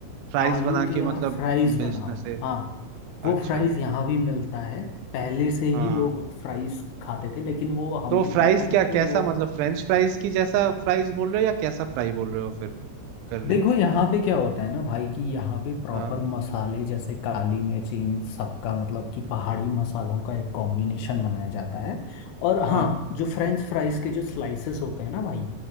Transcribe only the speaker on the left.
आलू
के
आप फ्राइज
बनाओ
हाँ वो
फ्राइज यहाँ भी मिलता है पहले से
ही लोग फ्राइज खाते थे लेकिन वो हमने
देखा ना
कि वो
देखो यहाँ पे क्या होता है ना भाई कि यहाँ पे प्रॉपर
मसाले जैसे काली मिर्च इन सबका मतलब कि पहाड़ी मसालों का एक कॉम्बिनेशन बनाया जाता है और हाँ
जो फ्रेंच फ्राइज के जो स्लाइसेस होते हैं ना भाई